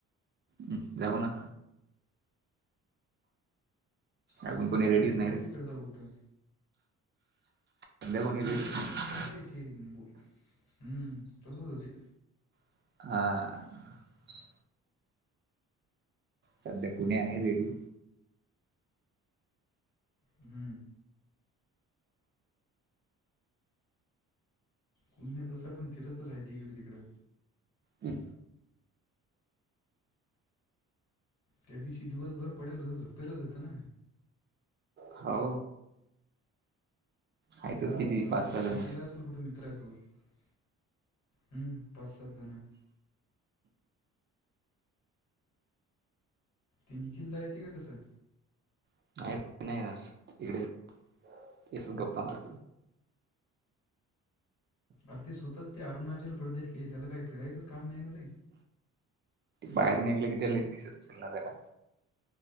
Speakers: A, on the right; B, on the left.
A: हम् जऊ ना अजून
B: दुसरं
A: कोणी
B: काय
A: रेडीच
B: असेल
A: नाही
B: दुसरी
A: रे
B: खड जा उघुठं
A: सध्या कोणी
B: रेडी
A: रेडीच
B: को
A: नाही
B: नसते रे ते ब हम्म तसच होती
A: ह सध्या कुणी आहे रेडी
B: हम्म कुनण्यात तसं पण फिरत राहते इकडे तिकडं
A: हम्
B: त्या दिवशी दिवसभर पडेल होत झोपेलच होतं ना
A: हो आहेतच
B: हम्
A: किती
B: मला वाटलं
A: पाच सहा
B: बाहेर
A: जण
B: गेला असेल कुठे मित्र सोबत हम्म पाच सात जण तु नि खिलता येत काय कसां
A: नाही नाही इकडे ते गप्ता मार
B: अर त सुतत ते अरुणाचल प्रदेश त्याला काही फिरायचंच काम नाही ना रे
A: बाहेर निघलं कि त्या दिसतचलणार त्या का